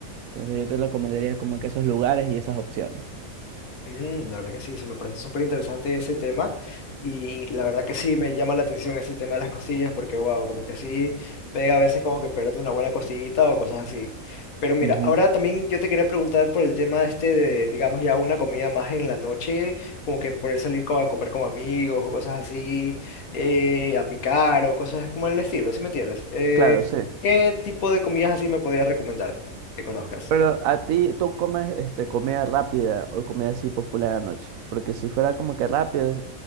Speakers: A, on the right; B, on the left.
A: Entonces, yo te recomendaría como que esos lugares y esas opciones.
B: Mm, la verdad que sí, se me parece súper interesante ese tema y la verdad que sí me llama la atención ese tema de las costillas porque wow, como que sí pega a veces como que perderte una buena costillita o cosas así. Pero mira,
A: Ujú,
B: ahora también yo te quería preguntar por el tema este de, digamos ya una comida más en la noche, como que poder salir co- a comer con amigos o cosas así, eh, a picar o cosas como el estilo, ¿sí me entiendes? Eh,
A: Claro, sí.
B: ¿qué tipo de comidas así me podrías recomendar que conozcas?
A: Pero a ti, ¿tú comes este, comida rápida o comida así popular anoche? Porque si fuera como que rápido, es-